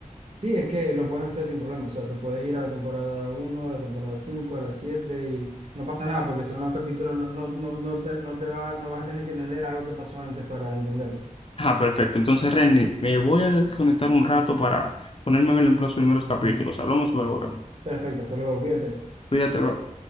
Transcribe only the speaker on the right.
Sí, es que lo puedes hacer sin problema. O sea, tú puedes ir a la temporada uno, a la temporada 5, a la 7 y no pasa nada porque son los capítulos, no, no, no, no te, no te va, no vas a tener que entender algo que pasó antes para entenderlo.
Perfecto, hasta luego, cuídate.